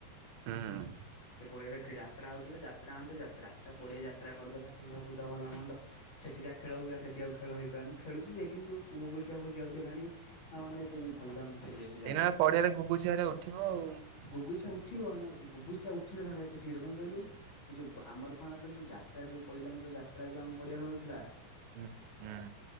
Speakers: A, on the right (about 85°); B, on the left (about 50°).
A: ହଁ।
B: ପଇଆ ଯାତ୍ରା ହଉଥିଲା ଯାତ୍ରା ମାନେ ଯାତ୍ରା ପଡିଆ ଯାତ୍ରା କରିଦେଲା ଖାଲକୁୁଦ ଭଲ ମନ୍ଦ ସେଠି ଯା ଖେଳ ହଉଥିଲା ସେଠି ଆଉ ଖେଳ ହେଇ ଖେଳୁ ଯେ କିନ୍ତୁ ଜି ବୁଜିଠ ହେଲାଣି ଆଉ ମେ ଏତେଇ ଭଲ ଲାଗୁନି। ଖେଳିବାକୁ ସେ
A: ଏଇନା ପଡିଆରେ ଗୁଘୁଝିଆରେ ଉଠିବ ଆଉ
B: ଗୁଗୁଛିଆ ଉଠିବ ଗୁଗୁଛିଆ ଉଠିନଥାନ୍ତା ଏତେ ଶୀଘ୍ର କାହିଁ କହିଲୁ? ଏ ଯୋଉ ଆମର କଣ ହେଲା କହିଲୁ ଯୋଉ ଯାତ୍ରା ଯୋଉ ପହିଲାନି ଯୋଉ ଯାତ୍ରା ଯୋଉ ଆମ ପଡିଆ ହଉନଥିଲା।
A: ହୁଁ ହୁଁ।